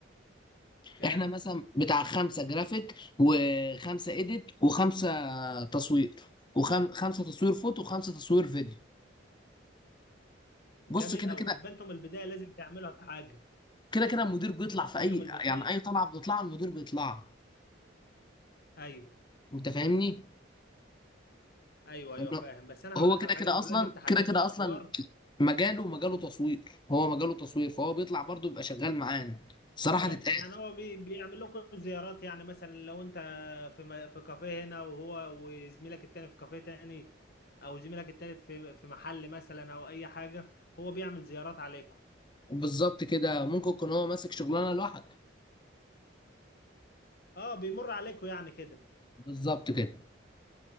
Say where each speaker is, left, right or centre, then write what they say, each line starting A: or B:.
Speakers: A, on the left (about 50°); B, on the left (about 25°).
A: كام
B: احنا مثلا بتاع خمسه جرافيك وخمسه ايديت وخمسه تصوير وخمسه تصوير فوتو وخمسه تصوير فيديو بص
A: جميل
B: كده
A: قوي
B: كده
A: يبقى انتم من البداية لازم تعملوا حاجة
B: كده كده المدير بيطلع في اي
A: انتم من البداية
B: يعني اي طلعه بتطلع المدير بيطلع
A: ايوه
B: انت فاهمني
A: ايوه ايوه
B: انه
A: فاهم بس انا
B: هو
A: هقول لك
B: كده
A: على حاجة
B: كده
A: انتوا
B: اصلا
A: لازم تحددوا
B: كده كده
A: الادوار
B: اصلا مجاله مجاله تصوير هو مجاله تصوير فهو بيطلع برضه بيبقى شغال معانا صراحه
A: فاهم
B: تتقال
A: يعني هو بي بيعمل لكم زيارات يعني مثلا لو انت في م... في كافيه هنا وهو وزميلك التاني في كافيه تاني او زميلك التالت في في محل مثلا او اي حاجة هو بيعمل زيارات عليكم
B: بالظبط كده ممكن يكون هو ماسك شغلانه لوحده
A: اه بيمر عليكم يعني كده
B: بالظبط كده